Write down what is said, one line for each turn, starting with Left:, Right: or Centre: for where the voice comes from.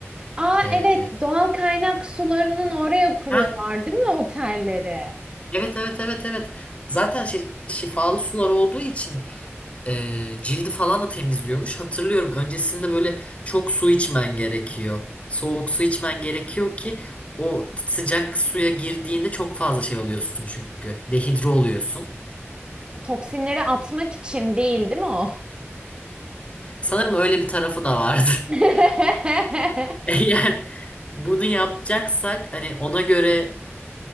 Right: Aa
Left: E,
Right: evet doğal kaynak sularının oraya kuruyorlar
Left: Heh,
Right: değil mi otelleri?
Left: Evet evet evet evet. Zaten şey, şifalı sular olduğu için e, cildi falan da temizliyormuş. Hatırlıyorum öncesinde böyle çok su içmen gerekiyor. Soğuk su içmen gerekiyor ki o sıcak suya girdiğinde çok fazla şey oluyorsun çünkü. Dehidre oluyorsun.
Right: Toksinleri atmak için değil değil mi o?
Left: Sanırım öyle bir tarafı da vardı
Right: <laughs>
Left: <laughs> Eğer bunu yapacaksak hani ona göre